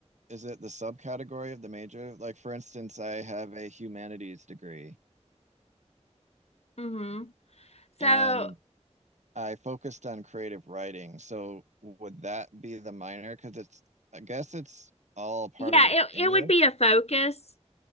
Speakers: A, on the right (about 80°); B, on the left (about 60°).
A: is it the subcategory of the major? Like, for instance, I have a humanities degree,
B: hmm So,
A: and I focused on creative writing. So would that be the minor? Because it's, I guess it's all part
B: yeah,
A: of
B: it,
A: English.
B: it would be a focus.